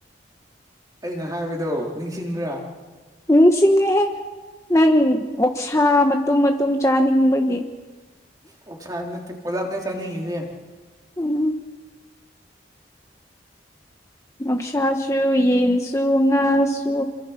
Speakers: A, on the right; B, on the left.
A: ꯑꯩꯅ ꯍꯥꯏꯕꯗꯣ ꯅꯤꯡꯁꯤꯡꯕ꯭ꯔꯥ
B: ꯅꯤꯡꯁꯤꯡꯉꯦꯍꯦ꯫ ꯅꯪ ꯑꯣꯛꯁꯥ ꯃꯇꯨꯝ ꯃꯇꯨꯝ ꯆꯥꯅꯤꯡꯕꯒꯤ
A: ꯑꯣꯛꯁꯥ ꯅꯠꯇꯦ ꯄꯨꯂꯞꯅꯦ ꯆꯥꯅꯤꯡꯉꯤꯁꯦ
B: ꯎꯝ ꯑꯣꯛꯁꯥꯁꯨ ꯌꯦꯟꯁꯨ ꯉꯥꯁꯨ